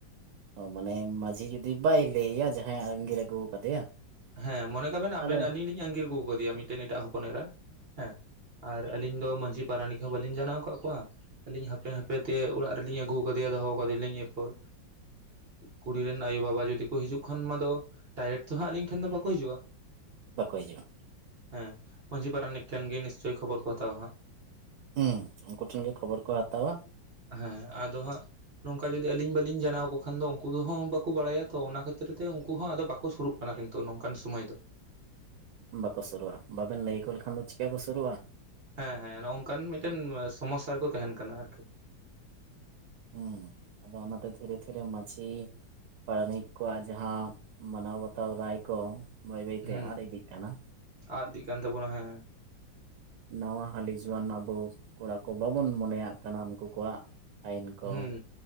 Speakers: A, on the right; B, on the right.
A: ᱚ ᱢᱟᱱᱮ ᱢᱟᱺᱡᱷᱤ ᱡᱩᱫᱤ ᱵᱟᱭ ᱞᱟᱹᱭᱼᱭᱟ ᱡᱟᱦᱟᱸᱭ ᱟᱸᱜᱤᱨ ᱟᱹᱜᱩ ᱟᱠᱟᱫᱮᱭᱟ᱾
B: ᱦᱮᱸ ᱢᱚᱱᱮ ᱠᱟᱵᱮᱱ
A: ᱛᱟᱦᱚᱞᱮ
B: ᱟᱵᱮᱱ ᱟᱞᱤᱧ ᱞᱤᱧ ᱟᱸᱜᱤᱨᱜᱩ ᱟᱠᱟᱫᱮᱭᱟ ᱢᱤᱫᱽᱴᱮᱱ ᱮᱴᱟᱜ ᱦᱚᱯᱚᱱ ᱮᱨᱟ᱾ ᱦᱮᱸ ᱟᱨ ᱟᱹᱞᱤᱧ ᱫᱚ ᱢᱟᱺᱡᱷᱤ ᱯᱟᱨᱟᱱᱤᱠ ᱦᱚᱸ ᱵᱟᱹᱞᱤᱧ ᱡᱟᱱᱟᱣ ᱟᱠᱟᱫ ᱠᱚᱣᱟ᱾ ᱟᱹᱞᱤᱧ ᱦᱟᱯᱮ ᱦᱟᱯᱮ ᱛᱮ ᱚᱲᱟᱜ ᱨᱮᱞᱤᱧ ᱟᱹᱜᱩ ᱠᱟᱫᱮᱭᱟ ᱫᱚᱦᱚ ᱠᱟᱫᱮ ᱟᱞᱤᱧ ᱮᱨᱯᱚᱨ ᱠᱩᱲᱤᱨᱮᱱ ᱟᱭᱩ ᱵᱟᱵᱟ ᱡᱩᱫᱤ ᱠᱚ ᱦᱤᱡᱩᱜ ᱠᱷᱟᱱ ᱢᱟ ᱫᱚ ᱰᱟᱭᱨᱮᱠᱴ ᱛᱚ ᱦᱟᱸᱜ ᱞᱤᱧ ᱴᱷᱮᱱ ᱫᱚ ᱵᱟᱠᱚ ᱦᱤᱡᱩᱜ-ᱟ᱾
A: ᱵᱟᱠᱚ ᱦᱤᱡᱩᱜ-ᱟ᱾
B: ᱦᱮᱸ ᱢᱟᱺᱡᱷᱤ ᱯᱟᱨᱟᱱᱤᱠ ᱴᱮᱱ ᱜᱮ ᱱᱤᱥᱪᱚᱭ ᱠᱷᱚᱵᱚᱨ ᱠᱚ ᱦᱟᱛᱟᱣᱟ ᱦᱟᱸᱜ
A: ᱦᱩᱸ ᱩᱱᱠᱩ ᱴᱷᱮᱱ ᱜᱮ ᱠᱷᱚᱵᱚᱨ ᱠᱚ ᱦᱟᱛᱟᱣᱟ᱾
B: ᱦᱮᱸ ᱟᱫᱚ ᱦᱟᱸᱜ ᱱᱚᱝᱠᱟ ᱡᱩᱫᱤ ᱟᱹᱞᱤᱧ ᱵᱟᱹᱞᱤᱧ ᱡᱟᱱᱟᱣ ᱠᱚ ᱠᱷᱟᱱ ᱫᱚ ᱩᱱᱠᱩ ᱫᱚ ᱦᱚ ᱵᱟᱠᱚ ᱵᱟᱲᱟᱭᱟ ᱛᱚ ᱚᱱᱟ ᱠᱷᱟᱹᱛᱤᱨ ᱛᱮ ᱩᱱᱠᱩ ᱦᱚᱸ ᱟᱫᱚ ᱵᱟᱠᱚ ᱥᱩᱨᱩᱜ ᱠᱟᱱᱟ ᱠᱤᱱᱛᱩ ᱛᱚ ᱱᱚᱝᱠᱟᱱ ᱥᱚᱢᱟᱭ ᱫᱚ
A: ᱵᱟᱠᱚ ᱥᱩᱨᱩᱜ-ᱟ ᱵᱟᱵᱮᱱ ᱞᱟᱹᱭᱟᱠᱚ ᱞᱮᱠᱷᱟᱱ ᱫᱚ ᱪᱤᱠᱟ ᱠᱚ ᱥᱩᱨᱩᱜ-ᱟ᱾
B: ᱦᱮᱸ ᱦᱮᱸ ᱱᱚᱜᱝᱠᱟᱱ ᱢᱤᱫᱽᱴᱮᱱ ᱥᱚᱢᱚᱥᱥᱟ ᱨᱮᱠᱚ ᱛᱟᱦᱮᱱ ᱠᱟᱱᱟ ᱟᱨᱠᱤ
A: ᱦᱮᱸ ᱟᱫᱚ ᱚᱱᱟᱛᱮ ᱫᱷᱤᱨᱮ ᱫᱷᱤᱨᱮ ᱢᱟᱺᱡᱷᱤ ᱯᱟᱨᱟᱱᱤᱠ ᱠᱚᱣᱟᱜ ᱡᱟᱦᱟᱸ ᱢᱟᱱᱟᱣ ᱵᱟᱛᱟᱣ ᱨᱟᱭ ᱠᱚ ᱵᱟᱹᱭ ᱵᱟᱹᱭᱛᱮ
B: ᱦᱩᱸ
A: ᱟᱫ ᱤᱫᱤᱜ ᱠᱟᱱᱟ᱾
B: ᱟᱫ ᱤᱫᱤᱜ ᱠᱟᱱ ᱛᱟᱵᱚᱱᱟ ᱦᱮᱸ
A: ᱱᱟᱣᱟ ᱦᱟᱹᱞᱤ ᱡᱩᱣᱟᱹᱱ ᱟᱵᱚ ᱠᱚᱲᱟ ᱠᱚ ᱵᱟᱵᱚᱱ ᱢᱚᱱᱮᱭᱟᱜ ᱠᱟᱱᱟ ᱩᱱᱠᱩ ᱠᱚᱣᱟᱜ ᱟᱹᱭᱤᱱ ᱠᱚ
B: ᱦᱩᱸ